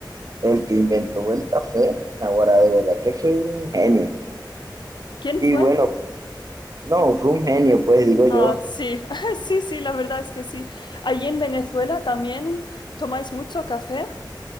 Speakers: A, on the right; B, on the left.
A: el que inventó el café, ahora de verdad que fue un genio.
B: ¿Quién
A: Y
B: fue?
A: bueno, no, fue un genio, pues digo yo.
B: Ah, sí, <laughs> sí, sí, la verdad es que sí. Allí en Venezuela también tomáis mucho café,